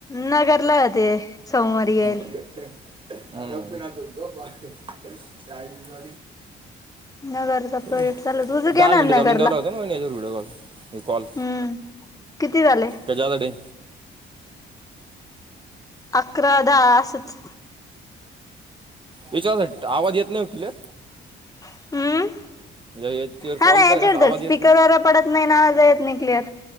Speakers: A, on the left (about 15°); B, on the right (about 25°).
A: नगरला होते सोमवारी येईल
B: <unintelligible> चायनीज व
A: नगरचा प्रोजेक्ट
B: -
A: चालू तुझं घेणार
B: - दहा मिनट
A: नगरला
B: जालून द्याव लागत ना <unintelligible> एक कॉल
A: हम्म किती झाले
B: कशासाठी?
A: अकरा दा असंच.
B: याच्यासाठी आवाज येत नाही व किलेर.
A: हम.
B: याच्यावर
A: हा
B: कॉल
A: नाही
B: केला
A: याच्यावर
B: कसा
A: तर
B: आवाज
A: स्पीकर
B: येत नाही
A: वर पडत नाही नावाज येत नाही क्लिअर.